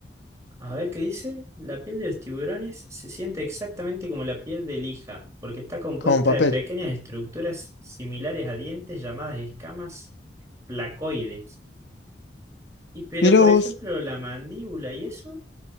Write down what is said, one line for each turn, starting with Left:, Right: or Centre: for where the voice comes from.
Right: A ver qué dice. La piel de los tiburones se siente exactamente como la piel de lija, porque está compuesta
Left: Con papel.
Right: de pequeñas estructuras similares a dientes llamadas escamas placoides. Y pero,
Left: Mirá
Right: por
Left: vos,
Right: ejemplo, la mandíbula y eso,